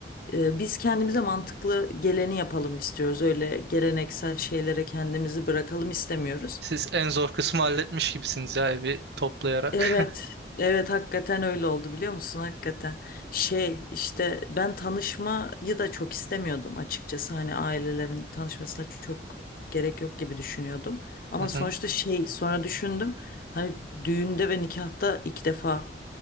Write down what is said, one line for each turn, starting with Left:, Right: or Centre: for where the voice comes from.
Left: E, biz kendimize mantıklı geleni yapalım istiyoruz. Öyle geleneksel şeylere kendimizi bırakalım istemiyoruz.
Right: Siz en zor kısmı halletmiş gibisiniz ya evi toplayarak.
Left: Evet, evet hakikaten öyle oldu biliyor musun? Hakikaten şey işte ben tanışmayı da çok istemiyordum açıkçası. Hani ailelerin tanışmasına çok gerek yok gibi düşünüyordum. Ama
Right: <laughs> Hı
Left: sonuçta
Right: hı.
Left: şey sonra düşündüm hani düğünde ve nikahta iki defa